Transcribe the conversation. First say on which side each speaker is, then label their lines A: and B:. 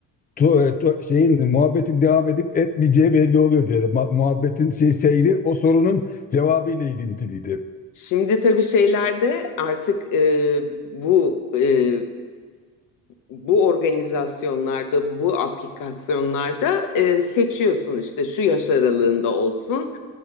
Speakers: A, on the left (about 25°); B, on the left (about 60°).
A: tu- tu- şeyin muhabbetin devam edip etmeyeceği belli oluyor diyelim. Ma- Muhabbetin şey seyri o sorunun cevabı ile ilintiliydi.
B: Şimdi tabii şeylerde artık e, bu e, bu organizasyonlarda, bu aplikasyonlarda e, seçiyorsun işte şu yaş aralığında olsun,